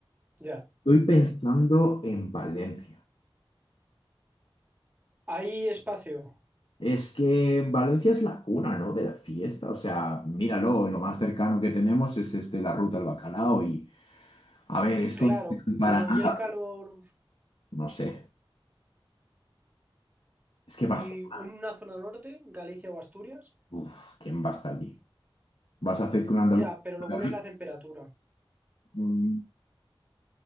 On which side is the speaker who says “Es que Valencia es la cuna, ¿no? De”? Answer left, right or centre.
Left